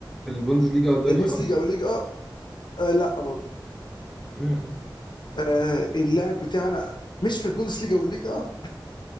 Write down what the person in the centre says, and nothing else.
في البوندسليجا والدوري
الفرنسي
امم